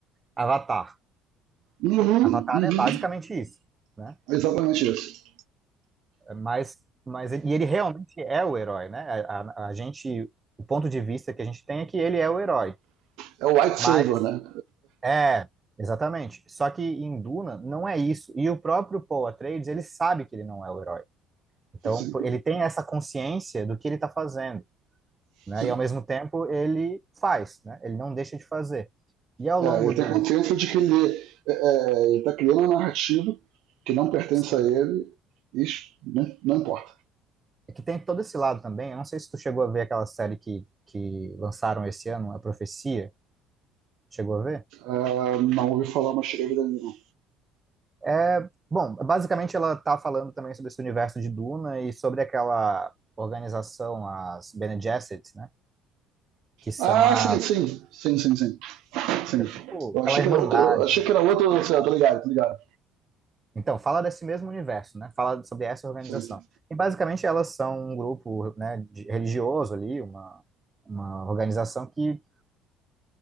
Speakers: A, on the right (about 25°); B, on the right (about 75°).
A: Avatar.
B: Uhum,
A: Avatar
B: uhum.
A: é basicamente isso, né?
B: Exatamente isso.
A: É Mas, mas e ele realmente é o herói, né? A, a, a gente, o ponto de vista que a gente tem é que ele é o herói.
B: É o White
A: mas
B: Savior, né?
A: É, exatamente. Só que em Duna não é isso. E o próprio Paul Atreides, ele sabe que ele não é o herói. Então,
B: Sim,
A: pô, ele tem essa consciência do que ele está fazendo,
B: sim.
A: né? E ao mesmo tempo ele faz, né? Ele não deixa de fazer. E ao
B: É,
A: longo
B: ele
A: do,
B: tem a consciência de que ele, é, é, ele tá criando uma narrativa que não pertence
A: assim,
B: a ele, isso né, não importa.
A: é que tem todo esse lado também. Eu não sei se tu chegou a ver aquela série que que lançaram esse ano, A Profecia. Chegou a ver?
B: É, não ouvi falar, mas cheguei a vida nenhuma.
A: É, bom, basicamente ela tá falando também sobre esse universo de Duna e sobre aquela organização, as Bene Gesserit, né? que são
B: Ah,
A: as,
B: sim, sim. Sim, sim, sim. Sim.
A: é, tipo,
B: Eu
A: aquela
B: achei
A: Irmandade.
B: que era outro. eu achei que era outro. Sei, lá, tô ligado, tô ligado.
A: Então, fala desse mesmo universo, né? Fala sobre essa organização.
B: Sim.
A: E basicamente elas são um grupo, né, de- religioso ali, uma, uma organização que